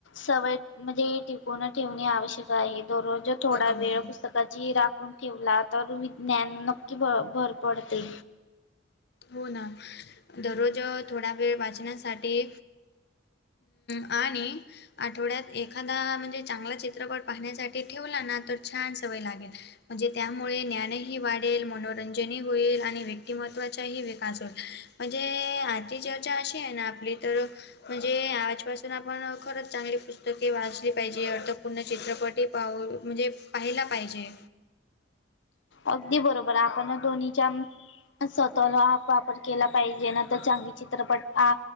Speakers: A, on the left (about 80°); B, on the left (about 60°).
A: सवय म्हणजे टिकून ठेवणे आवश्यक आहे दररोज थोडा
B: बरोबर
A: वेळ पुस्तक राखून ठेवला तर विज्ञान नक्की भ भर पडते
B: हो ना दररोज थोडा वेळ वाचण्यासाठी आणि आठवड्यात एखादा म्हणजे चांगला चित्रपट पाहण्यासाठी ठेवला ना तर छान सवय लागेल म्हणजे त्यामुळे ज्ञानही वाढेल मनोरंजनही होईल आणि व्यक्तिमत्वा विकास म्हणजे आधी जचा अशी आहे ना आपली तर म्हणजे आजपासून आपण खरंच चांगली पुस्तके वाचली पाहिजे अर्थपूर्ण चित्रपटी पाव म्हणजे पाहायला पाहिजे
A: अगदी बरोबर आहे आपण दोन्हीच्या स्वतःला वापर केला पाहिजे ना तर चांगली चित्रपट आ